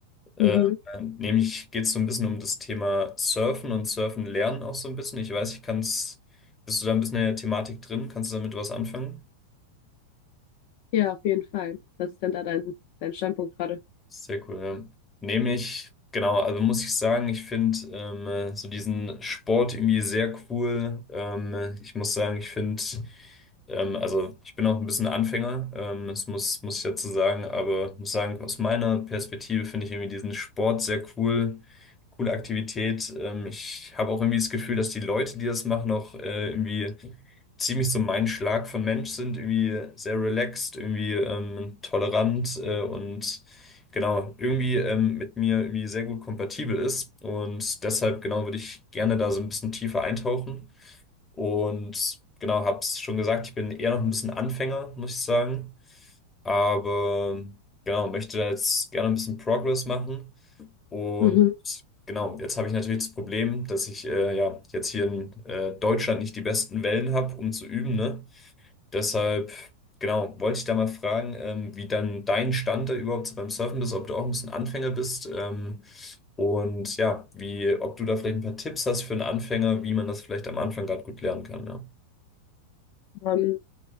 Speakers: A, on the left (about 15°); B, on the left (about 45°).
A: Äh,
B: Mhm.
A: nämlich geht es so ein bisschen um das Thema Surfen und Surfen lernen auch so ein bisschen. Ich weiß, ich kann es, bist du da ein bisschen in der Thematik drin? Kannst du damit was anfangen?
B: Ja, auf jeden Fall. Was ist denn da dein, dein Standpunkt gerade?
A: Sehr cool, ja. Nehme ich, genau, also muss ich sagen, ich finde ähm, äh, so diesen Sport irgendwie sehr cool. Ähm, ich muss sagen, ich finde, ähm, also ich bin auch ein bisschen Anfänger, ähm, das muss, muss ich dazu sagen, aber muss sagen, aus meiner Perspektive finde ich irgendwie diesen Sport sehr cool, coole Aktivität. Ähm, ich habe auch irgendwie das Gefühl, dass die Leute, die das machen, auch äh, irgendwie ziemlich so mein Schlag von Mensch sind, irgendwie sehr relaxed, irgendwie ähm, tolerant äh, und genau, irgendwie ähm, mit mir irgendwie sehr gut kompatibel ist. Und deshalb, genau, würde ich gerne da so ein bisschen tiefer eintauchen. Und genau, habe es schon gesagt, ich bin eher noch ein bisschen Anfänger, muss ich sagen. Aber genau, möchte da jetzt gerne ein bisschen Progress machen. Und
B: Mhm.
A: genau, jetzt habe ich natürlich das Problem, dass ich äh, ja jetzt hier in äh, Deutschland nicht die besten Wellen habe, um zu üben, ne? Deshalb, genau, wollte ich da mal fragen, ähm, wie dann dein Stand da überhaupt so beim Surfen ist, ob du auch ein bisschen Anfänger bist, ähm, und ja, wie, ob du da vielleicht ein paar Tipps hast für einen Anfänger, wie man das vielleicht am Anfang gerade gut lernen kann, ja.
B: Ähm,